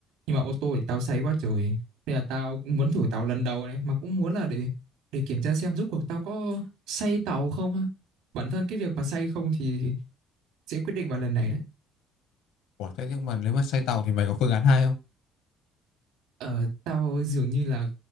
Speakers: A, on the right; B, on the left.
A: nhưng mà ô tô thì tao say quá trời nên là tao cũng muốn thử tàu lần đầu này mà cũng muốn là để để kiểm tra xem rốt cuộc tao có say tàu không ha bản thân cái việc mà say không thì sẽ quyết định vào lần này đấy
B: Ủa thế nhưng mà nếu mà xe tàu thì mày có phương án hai không?
A: ờ tao dường như là